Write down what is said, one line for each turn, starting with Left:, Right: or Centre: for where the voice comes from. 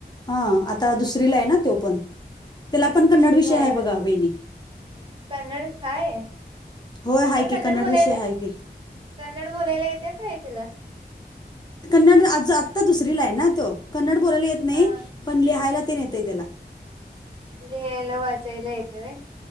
Left: हा आता
Right: हा
Left: दुसरीला
Right: हा
Left: आहे ना तो पण त्याला पण कन्नड
Right: दुसरीला
Left: विषय
Right: हाय
Left: आहे बघा
Right: होय
Left: वेणी
Right: कन्नड हाय
Left: होय आहे
Right: तर
Left: की
Right: कन्नड बोलायला
Left: विषय आहे की
Right: कन्नड बोलायला येते काय तिला
Left: कन्नड आ आत्ता दुसरीला आहे ना तो कन्नड बोलायला येत नाही
Right: हा
Left: पण लिहायला ते नेतय त्याला
Right: लिहायला वाचयला येेतेव